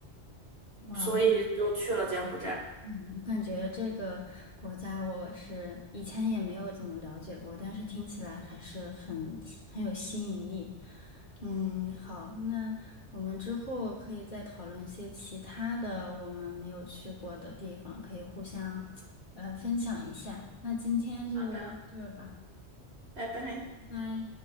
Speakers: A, on the left; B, on the right.
A: 哇，
B: 所以就去了柬埔寨。
A: 我嗯，我感觉这个国家我是以前也没有怎么了解过，但是听起来还是很很有吸引力。嗯，好，那我们之后可以再讨论一些其他的我们没有去过的地方，可以互相呃分享一下。那今天就到这儿吧，
B: 好的，拜拜。
A: 拜拜。